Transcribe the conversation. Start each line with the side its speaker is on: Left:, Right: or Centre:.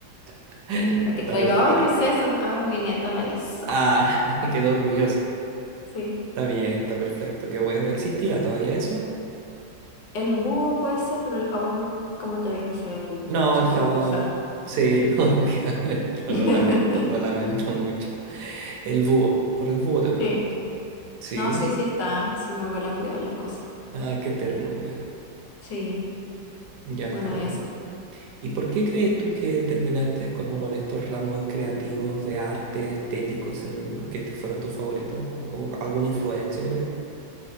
Right: <laughs> Está
Left: Para que te
Right: perfecto.
Left: diga, ay, ¿qué es eso? Ah, mi nieta la hizo,
Right: Ah, <laughs> quedó orgullosa.
Left: sí.
Right: Está bien, está perfecto, qué bueno. ¿Existirá todavía eso?
Left: El búho puede ser, pero el jabón, como te dije, se, el-
Right: No,
Left: se
Right: el
Left: tuvo
Right: jabón.
Left: que usar.
Right: Sí, <laughs> no, el jabón. No,
Left: <laughs>
Right: lo lamento, lo lamento mucho. El búho, por el búho te pregunto.
Left: Sí,
Right: Sí,
Left: no, sí, sí está, sí mi abuela cuida las cosas.
Right: ah, qué ternura.
Left: Sí, eh,
Right: Ya está
Left: bueno,
Right: bueno.
Left: eso.
Right: ¿Y por qué crees tú que terminaste como con estos ramos creativos de arte, estéticos, en que te fueron tus favoritos? ¿O como que alguna influencia por ahí?